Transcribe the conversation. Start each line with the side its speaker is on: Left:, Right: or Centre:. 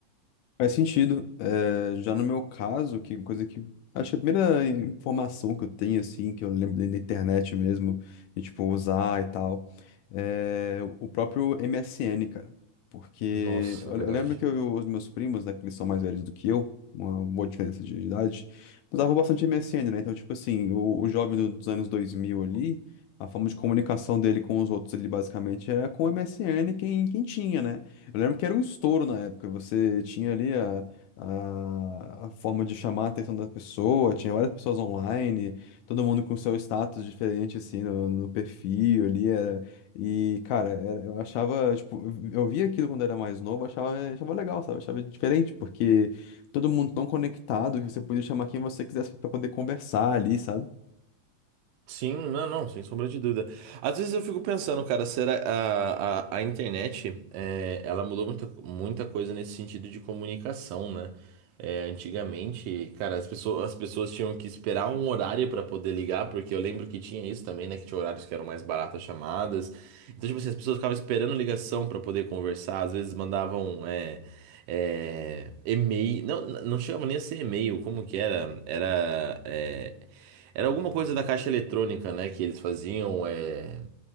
Left: Faz sentido. É, já no meu caso, que coisa que. Acho que a primeira informação que eu tenho, assim, que eu lembro dentro da internet mesmo, de tipo, usar e tal, é o próprio MSN, cara. Porque
Right: Nossa,
Left: eu,
Right: é verdade.
Left: eu lembro que eu, e os meus primos, né, que eles são mais velhos do que eu, uma boa diferença de idade, usavam bastante MSN, né? Então, tipo assim, o, o jovem do- dos anos 2000 ali, a forma de comunicação dele com os outros ali, basicamente, era com o MSN quem, quem tinha, né? Eu lembro que era um estouro na época. Você tinha ali a, a, a forma de chamar a atenção da pessoa, tinha várias pessoas online, todo mundo com seu status diferente, assim, no, no perfil ali. Era... E, cara, era- eu achava, tipo, eu via aquilo quando era mais novo, achava, achava legal, sabe? Achava diferente, porque todo mundo tão conectado que você podia chamar quem você quisesse pra poder conversar ali, sabe?
Right: Sim, não, não, sem sombra de dúvida. Às vezes eu fico pensando, cara, será a, a, a internet, é, ela mudou muita, muita coisa nesse sentido de comunicação, né? É, antigamente, cara, as pessoas, as pessoas tinham que esperar um horário pra poder ligar, porque eu lembro que tinha isso também, né? Que tinha horários que eram mais baratas as chamadas. Então, tipo assim, as pessoas ficavam esperando ligação pra poder conversar, às vezes mandavam, é, é, e-mail, não, não chegava nem a ser e-mail, como que era? Era, é, era alguma coisa da caixa eletrônica, né? Que eles faziam. É...